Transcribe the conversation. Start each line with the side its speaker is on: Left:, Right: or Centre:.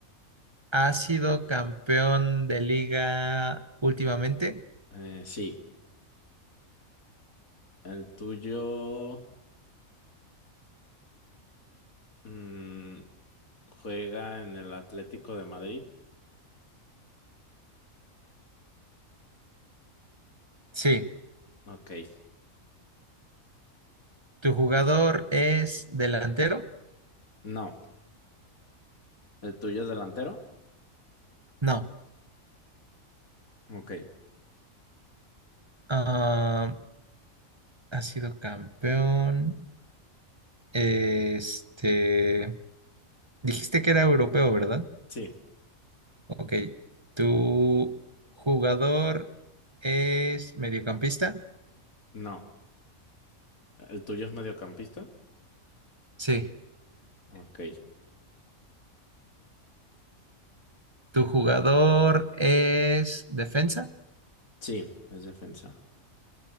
Right: ha sido campeón de liga últimamente?
Left: Eh, sí. ¿El tuyo mm, juega en el Atlético de Madrid?
Right: Sí.
Left: Ok.
Right: ¿Tu jugador es delantero?
Left: No. ¿El tuyo es delantero?
Right: No.
Left: Ok.
Right: Ah, ha sido campeón. Este. Dijiste que era europeo, ¿verdad?
Left: Sí.
Right: Ok. ¿Tu jugador es mediocampista?
Left: No. ¿El tuyo es mediocampista?
Right: Sí.
Left: Ok.
Right: ¿Tu jugador es defensa?
Left: Sí, es defensa.